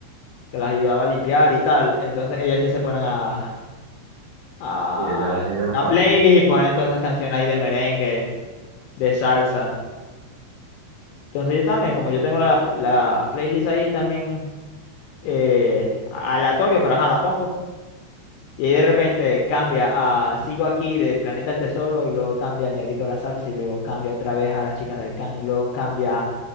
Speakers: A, on the left (about 75°); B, on the right (about 60°).
A: que las ayudaba a limpiar y tal, entonces ellas sí se ponen a, a
B: Y ellas, ellas las
A: la
B: ponen.
A: playlist y ponen todas esas canciones ahí de merengue, de salsa. Entonces yo también, como yo tengo la, la playlist ahí también eh, aleatorio, pero ajá, la pongo. Y ahí de repente cambia a sigo aquí de Planeta al Tesoro y luego cambia al Negrito de la Salsa y luego cambia otra vez a las chicas del Can y luego cambia